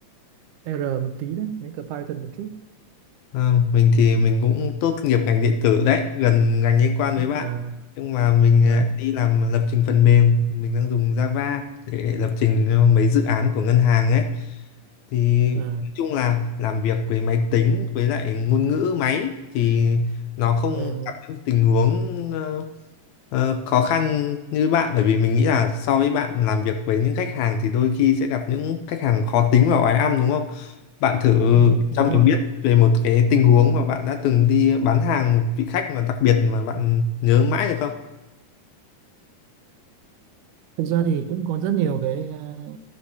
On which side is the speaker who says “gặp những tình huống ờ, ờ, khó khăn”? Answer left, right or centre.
Left